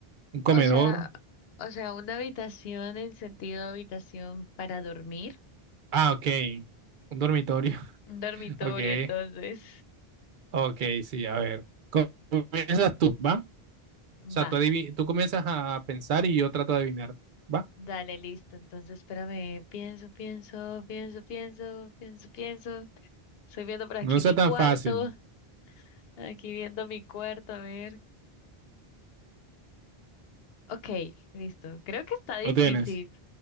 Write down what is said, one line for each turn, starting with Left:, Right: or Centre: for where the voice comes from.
Right: un comedor.
Left: o sea, o sea, una habitación en sentido habitación para dormir.
Right: Ah, ok, un dormitorio,
Left: Un dormitorio,
Right: <laughs> ok.
Left: entonces.
Right: Ok, sí, a ver. Com- Comienzas tú, ¿va? O sea,
Left: Va,
Right: tú, adivi- tú comienzas a pensar y yo trato de adivinar, ¿va?
Left: dale, listo. Entonces, espérame, pienso, pienso, pienso, pienso, pienso, pienso. Estoy viendo por aquí
Right: No sea
Left: mi
Right: tan
Left: cuarto,
Right: fácil.
Left: aquí viendo mi cuarto, a ver. Ok, listo. Creo que está difícil.
Right: ¿Lo tienes?